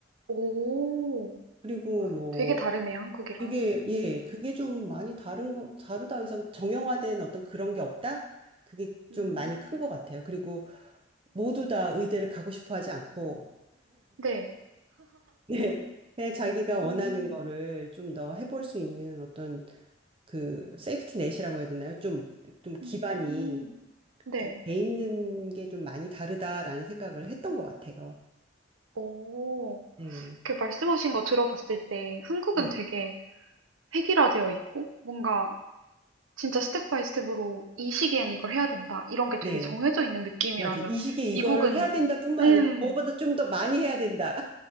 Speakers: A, on the right (about 85°); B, on the right (about 25°).
A: 오.
B: 그리고 뭐,
A: 되게 다르네요, 한국이랑.
B: 그게,
A: 음.
B: 예, 그게 좀 많이 다른 거, 다르다 해서 정형화된 어떤 그런 게 없다? 그게 좀
A: 음.
B: 많이 큰 것 같아요. 그리고 모두 다 의대를 가고 싶어 하지 않고,
A: 네.
B: <laughs> 예 그냥 자기가 원하는
A: 음.
B: 거를 좀 더 해볼 수 있는 어떤 그 세이프티 넷이라고 해야 되나요? 좀, 좀
A: 음.
B: 기반이
A: 네.
B: 좀 돼 있는 게 좀 많이 다르다라는 생각을 했던 것 같아요.
A: 오,
B: 네,
A: 그 말씀하신 거 들어봤을 때 한국은
B: 네,
A: 되게 획일화되어 있고 뭔가 진짜 스텝 바이 스텝으로 이 시기엔 이걸 해야 된다. 이런 게
B: 네.
A: 되게 정해져 있는 느낌이라면
B: 맞아. 이 시기에
A: 미국은
B: 이거를 해야 된다 뿐만
A: 음.
B: 아니라 그거보다 좀 더 많이 해야 된다.